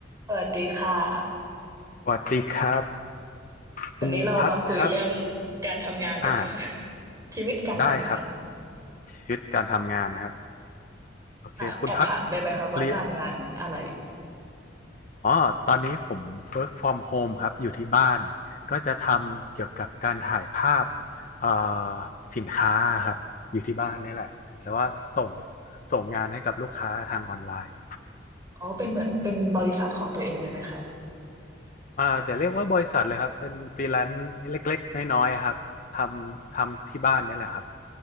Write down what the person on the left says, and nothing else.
สวัสดีครับ
คุณพัดครับ
อ่า
ได้ครับชีวิตการทำงานนะครับโอเคคุณพัด
เรียนอ๋อตอนนี้ผม work from home ครับอยู่ที่บ้านก็จะทำเกี่ยวกับการถ่ายภาพเอ่อสินค้าครับอยู่ที่บ้านนี่แหละแต่ว่าส่งส่งงานให้กับลูกค้าทางออนไลน์
อ่าจะเรียกว่าบริษัทเลยครับเป็นฟรีแลนซ์เล็กๆน้อยๆครับทำทำที่บ้านนี่แหละครับ